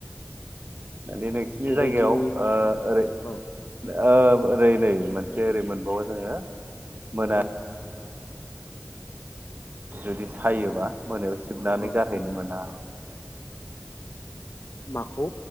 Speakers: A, on the right (about 45°); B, on the left (about 65°).
A: बे नोंसिनि
B: बेबायदि
A: जायगायाव ओ
B: औ
A: ओरै
B: औ
A: ओ ओरै नै मोनसे ओरै मोनबावो जोङो। मोना
B: औ
A: जुदि सायोबा मोनायाव सिबनानै
B: औ
A: गारहैनो मोना
B: माखौ